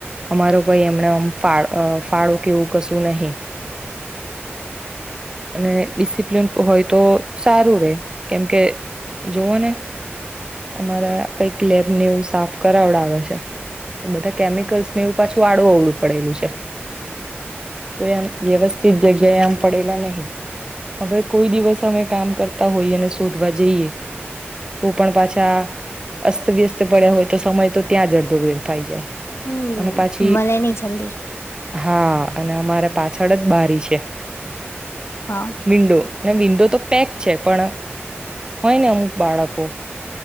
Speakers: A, on the right; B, on the left.
A: અમારો કોઈ એમનો ઇમ અ ફાળો કે એવું કશું નહી. અને ડીસીપીન હોય તો સારું રે. કેમ કે જોઓ ને અમારા પૈ લેબને એવું સાફ કરાવડાવે છે. તો બધા કેમિકલ્સને એવું પાછું આડું અવડું પડેલું છે. કોઈ આમ વ્યવસ્થિત જગ્યાએ આમ પડેલા નહી. હવે કોઈ દિવસ અમે કામ કરતા હોઈ, અને શોધવા જઈએ, તો પણ પાછા અસ્તવ્યસ્ત પડ્યા હોય તો સમય તો ત્યાં જ અડધો વેડફાઈ જાય.
B: હમ
A: અને પછી,
B: મળે નહી જલ્દી
A: હા અને અમારે પાછળ જ બારી છે.
B: હા
A: વિન્ડો. ના વિંડો તો પેક છે. પણ હોય ને અમુક બાળકો